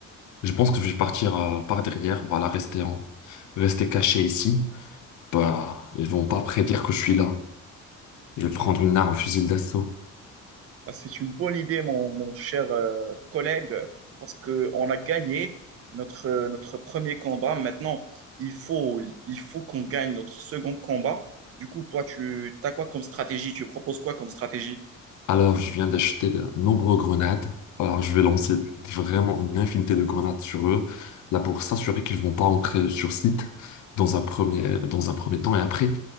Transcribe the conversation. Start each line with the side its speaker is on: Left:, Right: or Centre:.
Left: Je pense que je vais partir euh, par derrière, voilà, rester en... rester caché ici. Bah, ils vont pas prédire que je suis là. Je vais prendre une arme, fusil d'assaut.
Right: Bah, C'est une bonne idée, mon, mon cher euh, collègue, parce qu'on a gagné notre, euh, notre premier combat. Maintenant, il faut, il faut qu'on gagne notre second combat. Du coup, toi, tu as quoi comme stratégie? Tu proposes quoi comme stratégie?
Left: Alors, je viens d'acheter de nombreuses grenades. Alors, je vais lancer vraiment une infinité de grenades sur eux, là pour s'assurer qu'ils vont pas entrer sur site dans un premier, dans un premier temps. Et après,